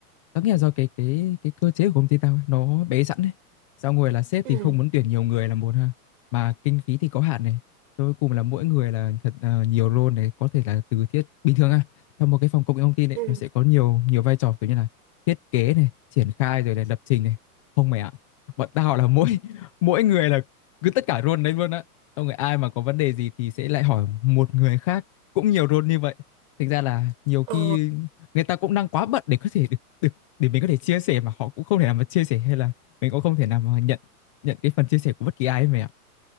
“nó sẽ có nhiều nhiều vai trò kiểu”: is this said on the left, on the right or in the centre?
Left